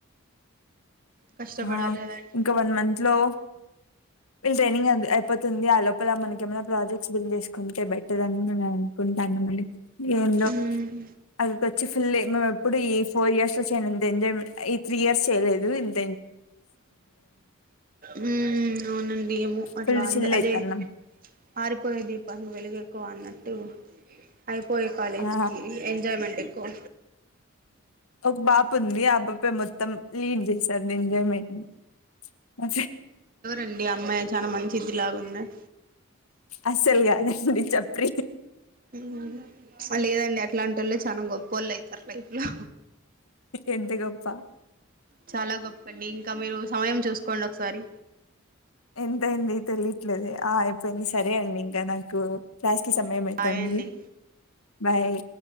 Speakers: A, on the right; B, on the left.
A: కష్టపడాలి
B: ఆ
A: కదండి
B: ఇంకా వన్ మంత్ లో వీళ్ళు ట్రైనింగ్ అయిపోతుంది ఆ లోపల మనక ఏమైనా ప్రాజెక్ట్స్ బిల్డ్ చేసుకుంటే బెటర్ అని న అనుకుంటాన్నామండి ఏంది
A: మ్మ్
B: అది పేద్ వచ్చ ఫుల్లీ మేము ఎప్పుడు ఈ ఫోర్ ఇయర్స్ లో చేయంత ఎంజాయ్ంట్ ఈ త్రీ ఇయర్స్ చేయలేదు ఇంత్
A: ఉమ్ అవునండి ఏమో అట్లా
B: ఫుల్
A: అంద్
B: చిల్
A: అదే
B: అయితాన్నాం
A: ఆరిపోయే దీపంగ వెలుగ ఎక్కువ అన్నట్టు అయిపోయ కాలేజ్కి
B: ఆ
A: ఎంజాయ్మెంట్ ఎక్కువ
B: ఒక బాప ఉంది ఆ బాపే మొత్తం లీడ్ చేశారు ఎంజాయ్మెంట్ మ
A: అండి అమ్మాయ చాలా మంచి ఇదిలాగున్నాయి
B: అసలు కాగాదండి చప్ప్రిీ
A: హ్మ్ లేదండి అట్లాంటి వాళ్ళు చాలా గొప్ప వాళ్ళు అయితారు లైఫ్ లో
B: ఎంత గొప్ప
A: చాలా గొప్ప అండి ఇంకా మీరు సమయం చూసుకోండి ఒకసారి
B: ఎంతయింది తెలియట్లేదే ఆ అయిపోయింది సరే అండి ఇంకా నాకు క్లాస్కి సమయం అయితంది.
A: బాయ్ అండి
B: బాయ్